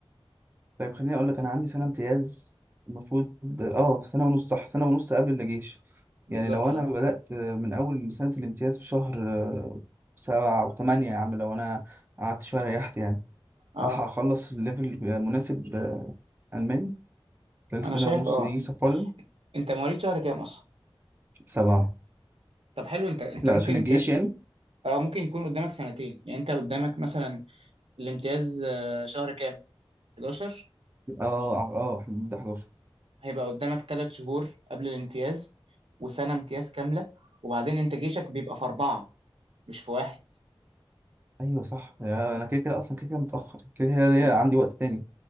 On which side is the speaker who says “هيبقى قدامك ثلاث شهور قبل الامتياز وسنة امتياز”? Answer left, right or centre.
Right